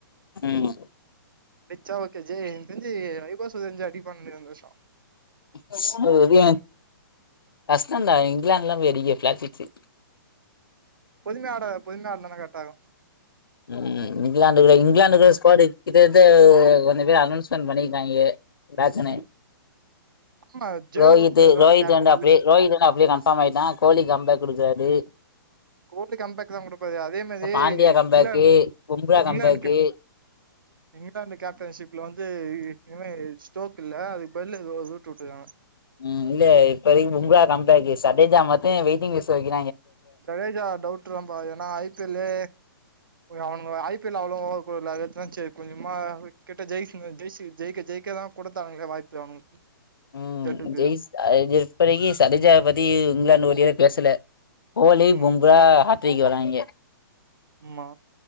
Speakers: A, on the left; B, on the right.
A: ம்
B: ச ஓகே ஜி எனக்கு தெரிஞ்சு வைபவ் சூவன்சு அடிப்பா நெனைக்க இந்த வருஷ
A: <unintelligible> கஷ்டண்டா இங்லேன்ட்லா போய் அடிக்க ஃப்ளேட் பிச்சு
B: பொதுமையா ஆடனு பொதுமையா ஆடுனானா கரெக்டா இருக்கு
A: ம் இங்லாந்துகுள இங்லாந்துகுள ஸ்கோரு இது அது கொஞ்ச பேர் அனன்ஸ்மெண்ட் பண்ணிருக்காங்கே பேச்சனே
B: ம் ஆமா ஜெயரூட்
A: ரோஹித்து
B: தா
A: ரோஹித்
B: கேப்டன்
A: வேண்டா அப்டியே ரோஹித் அப்டியே கன்ஃபார்ம் ஆயிட்டா கோழி கம் பேக் குடுக்குறாரு
B: கோல்டு கம் பேக்தா குடுப்பாரு அதே மாதி
A: பாண்டியா கம்பேக்கு
B: இங்லேன்
A: பும்ரா
B: இங்லேன்ட்க்கு
A: கம்பேக்கு
B: இங்லேந்து கேப்டன்ஷிப்ல வந்து இவ அ ஸ்டோக் இல்ல அதுக்கு பதிலு ஜூட் விட்டுறுக்காங்க
A: உம் இல்ல இப்பதிக்கு முங்க கம்பேக்கு சட்டேஜா மத்த வெயிட்டிங் ஸ் ஓகே
B: ஜடேஜா டவுட்தாம்பா ஏன்னா ஐபியெல்யே அவனுங்க ஐ பி எல் அவ்வளவு ஓட சரி கொஞ்சமா கிட்ட ஜெயிஜ் ஜெய்ஜி ஜெயிக்க ஜெயிக்கதா கொடுத்தானங்களே வாய்ப்பு அவனுக்கு
A: உம்
B: ஜட்டுக்கு
A: ஜெய்ஸ் ஆஹ் இப்படிக்கு சதேஜா பத்தி இங்கிலாந்து வீடியோல பேசல ஓலிவும்ராஹ்
B: ம்
A: திக்கு வராய்ங்க
B: ஆமா